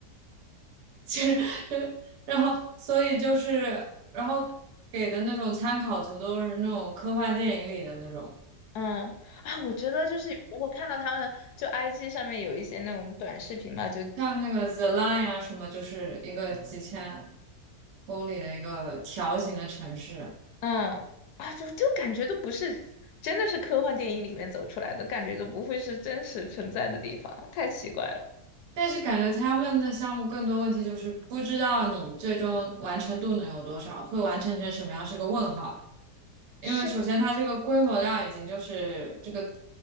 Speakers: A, on the right; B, on the left.
A: <laughs> 其实就然后所以就是然后给的那种参考图都是那种科幻电影里的那种，
B: 嗯啊，我觉得就是有时候看到他们就 IG 上面有一些那种短视频嘛，就
A: 像那个 The Line 啊什么，就是一个几千公里的一个条形的城市。
B: 嗯啊，就就感觉都不是，真的是科幻电影里面走出来的，感觉都不会是真实存在的地方，太奇怪了。
A: 但是感觉他们的项目更多问题就是不知道你最终完成度能有多少，会完成成什么样是个问号。因为首先它这个规模量已经就是这个
B: 是，